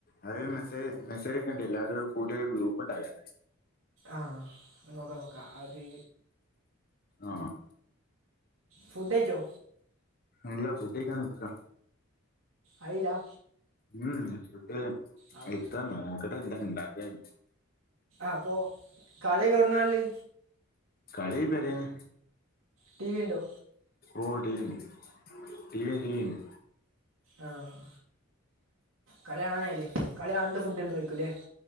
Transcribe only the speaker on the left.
അത് മെസ്സേജ് മെസ്സേജയ്ക്ക്ണ്ട് എല്ലാരും കൂട്ടി ഒരു ഗ്രൂപ്പ്ണ്ടാക്ക
ആഹ് ആഹ്
ഇല്ല ഫുഡയ്ക്കാൻ നിക്കാ
ഉം ഉം ഫുഡ്‌
എത്താ നോക്കട്ടെ എന്താ ഇണ്ടാക്കിയെന്ന്
കളി പെരേന്ന്
ഓഹ് ടി വി ണ്ട് ടി വി എല്ലീഡിണ്ട്